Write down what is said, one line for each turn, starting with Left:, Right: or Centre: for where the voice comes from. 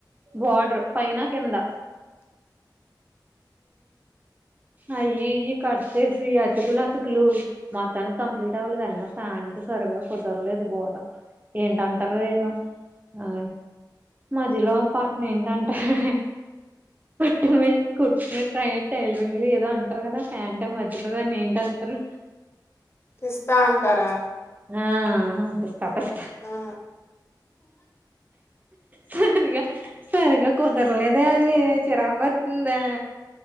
Right: బార్డర్ పైన కింద అవి ఇవి కట్ చేసి అతుకులు అతుకులు మొత్తానికి కంప్లీట్ అవ్వలేదు అయినా ప్యాంట్ సరిగా కుదరలేదు బోట ఏంటంటారో ఏమో అ మధ్యలో పట్న ఏంటంటారు కు ట్రైట్ అ ఏదో అంటారు కదా ఫ్యాన్ అంటే మధ్యలోదాని ఏంటి అంటారు
Left: ఇస్తా అంటారా
Right: ఆ తపస్త
Left: ఆ
Right: సరగా సరగా కుదరలేదే అది చిరాకు వస్తుంది